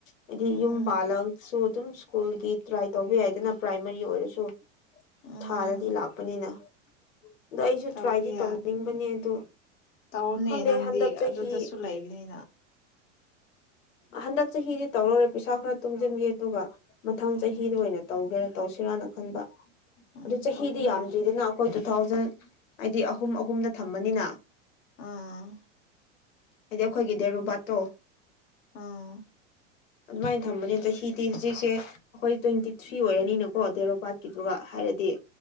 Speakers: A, on the left; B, on the left.
A: ꯍꯥꯏꯗꯤ
B: ꯎꯝ
A: ꯌꯨꯝ ꯄꯥꯜꯂꯒꯁꯨ ꯑꯗꯨꯝ ꯀꯨꯜꯒꯤ ꯇ꯭ꯔꯥꯏ ꯇꯧꯕ ꯌꯥꯏꯗꯅ ꯄ꯭ꯔꯥꯏꯃꯔꯤ ꯑꯣꯏꯔꯁꯨ
B: ꯎꯝ
A: ꯊꯥꯗꯗꯤ ꯂꯥꯛꯄꯅꯤꯅ ꯑꯗ ꯑꯩꯁꯨ
B: ꯇꯧꯕ
A: ꯇ꯭ꯔꯥꯏꯗꯤ ꯇꯧꯅꯤꯡꯕꯅꯦ
B: ꯌꯥꯅꯤ ꯎꯝ
A: ꯑꯗꯨ
B: ꯇꯧꯅꯦ
A: ꯈꯪꯗꯦ
B: ꯅꯪꯗꯤ
A: ꯍꯟꯗꯛ ꯆꯍꯤ
B: ꯑꯗꯨꯗꯁꯨ ꯂꯩꯕꯅꯤꯅ
A: ꯍꯟꯗꯛ ꯆꯍꯤꯗꯤ ꯇꯧꯔꯔ‌ꯣꯏ ꯄꯩꯁꯥ ꯈꯔ ꯇꯨꯡꯖꯟꯒꯦ ꯑꯗꯨꯒ ꯃꯊꯪ
B: ꯎꯝ
A: ꯆꯍꯤꯗ ꯑꯣꯏꯅ ꯇꯧꯒꯦꯔꯥ ꯇꯧꯁꯤꯔꯥꯅ ꯈꯟꯕ
B: ꯎꯝ
A: ꯑꯗꯨ ꯆꯍꯤꯗꯤ
B: ꯇꯧꯕ
A: ꯌꯥꯝꯗ꯭ꯔꯤꯗꯅ
B: ꯌꯥꯏ
A: ꯑꯩꯈꯣꯏ ꯇꯨ ꯊꯥꯎꯖꯟ ꯍꯥꯏꯗꯤ ꯑꯍꯨꯝ ꯑꯍꯨꯝꯗ ꯊꯝꯕꯅꯤꯅ
B: ꯑꯥ
A: ꯍꯥꯏꯗꯤ ꯑꯩꯈꯣꯏꯒꯤ ꯗꯦꯔꯨꯕꯥꯠꯇꯣ
B: ꯑꯥ
A: ꯑꯗꯨꯃꯥꯏꯅ ꯊꯝꯕꯅꯦ ꯆꯍꯤꯗꯤ ꯍꯧꯖꯤꯛꯁꯦ ꯑꯩꯈꯣꯏ ꯇ꯭ꯋꯦꯟꯇꯤ ꯊ꯭ꯔꯤ ꯑꯣꯏꯔꯅꯤꯅꯀꯣ ꯗꯦꯠ ꯑꯣꯐ ꯕꯥꯔꯠꯀꯤꯗꯨꯒ ꯍꯥꯏꯔꯗꯤ